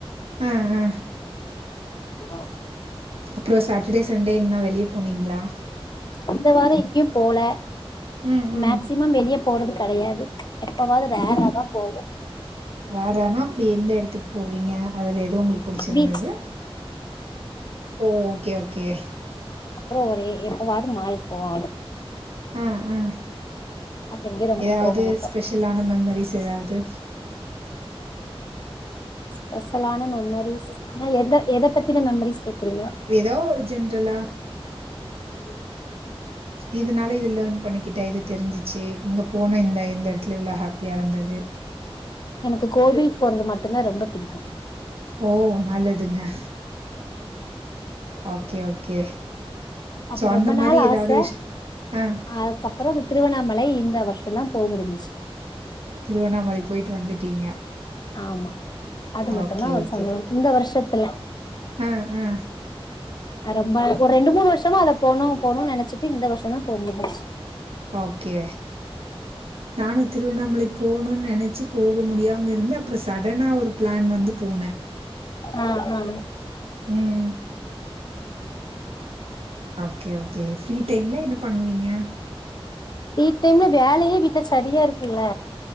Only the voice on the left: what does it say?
புசா
இந்த வாரோ எங்கயு போல
மேக்சிமம் வெளிய போறது கிடையாது போகுதா வீணா தா போவு
பீச்
அப்புறோ ஒரு எப்பவாவது மால்க்கு போவோ
வேற எங்கயு ரொம்ப
போக மாட்டோ
ஸ்பெஷலான மெமரிஸ் நா எந்த எத பத்தின மெமரிஸ் கேக்குறீங்க
அதுக்கெல்லாம் பண்றது
எனக்கு கோவில் போறது மட்டும்தா ரொம்ப பிடிக்கு
அப்ப
ரொம்ப
நாள்
ஆச
அதுக்கப்புறோ திருவண்ணாமலை இந்த வருஷந்தா போ முடிஞ்சிச்
ஆமா அது மட்டுந்தா
ஒரு
சந்தோ இந்த வருஷத்துல
அ ரொம்ப ஒரு ரெண்டு மூணு வருஷமா அத போணு போணுன் நெனச்சிட்டு இந்த வருஷந்தா போ முடிஞ்ச்சு
அ அ
ஃப்ரீ டைம்ல வேலையே வீட்ல சரியா இருக்குல்ல